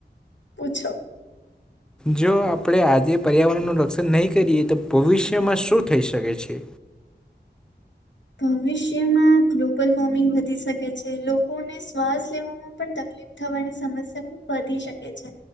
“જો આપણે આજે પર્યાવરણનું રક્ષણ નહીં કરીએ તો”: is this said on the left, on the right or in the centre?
Centre